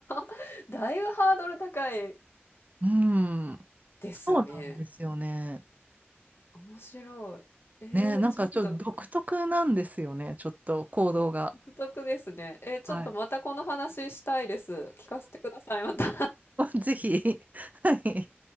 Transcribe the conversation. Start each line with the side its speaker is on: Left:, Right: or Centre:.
Left: <laughs> だいぶハードル高い
Right: うん。
Left: ですね。
Right: そうなんですよね。
Left: 面白い。えー、
Right: ね、なんかちょっと独特なんですよね、
Left: ちょっと
Right: ちょっと行動が。
Left: 独特ですね。えー、ちょっとまたこの話したいです。
Right: はい。
Left: 聞かせてください。また
Right: <laughs> ぜひ、はい。